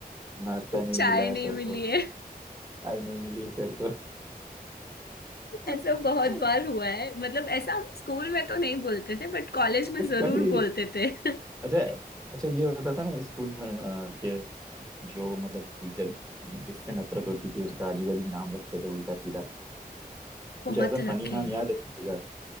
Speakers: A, on the right (about 20°); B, on the left (about 85°).
A: नाश्ता नहीं
B: चाय
A: मिला है
B: नहीं
A: सर
B: मिली
A: को
B: है
A: आज नहीं मिली है सर को
B: ऐसा
A: अच्छा
B: बहुत बार हुआ है मतलब ऐसा हम स्कूल में तो नहीं बोलते थे बट कॉलेज में जरूर
A: कभी
B: बोलते थे <laughs>
A: अच्छा अच्छा ये होता था ना स्कूल में अ, कि जो मतलब टीचर जिससे नफरत होती थी उसका अजीब अजीब नाम रखते थे उल्टा सीधा
B: बहुत
A: कुछ ऐसा
B: रखे
A: फनी नाम
B: हैं,
A: याद है किसी का?